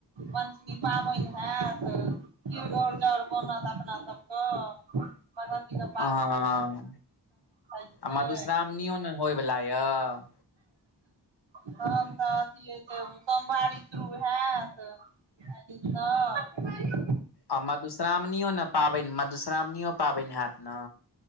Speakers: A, on the right (about 80°); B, on the left (about 60°).
A: पञ्चमी पाबनि हेऽत खीर घोरजाउर बनत अपना सब कऽ ब <unintelligible>
B: अहह
A: छै
B: आ मधुश्रावणियो न होय वला यऽ
A: तन तऽ अथी अइ जे सोमवारी शुरू हेऽत आरी हँ
B: आ मधुश्रावणियो न पाबनि मधुश्रावणियो पाबनि हेऽत न